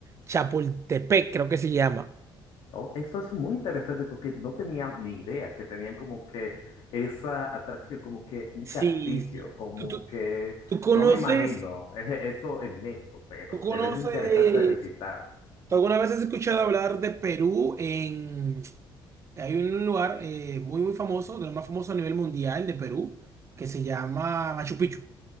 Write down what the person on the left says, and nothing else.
Oh, eso es muy interesante porque no tenía ni idea que tenían como que esa atracción, como que un
castillo,
como
que
no me imagino <laughs> eso en México, pero
se ve muy interesante de visitar.